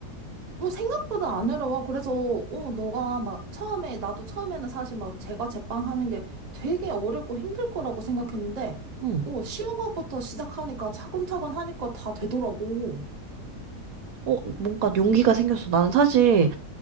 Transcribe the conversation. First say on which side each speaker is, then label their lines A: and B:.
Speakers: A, on the right; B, on the right.
A: 어, 생각보다 안 어려워. 그래서 어, 너가 막 처음에 나도 처음에는 사실 막 제가 제빵하는 게 되게 어렵고 힘들 거라고 생각했는데
B: 응.
A: 어, 쉬운 것부터 시작하니까 차근차근 하니까 다 되더라고.
B: 어, 뭔가 용기가 생겼어. 나는 사실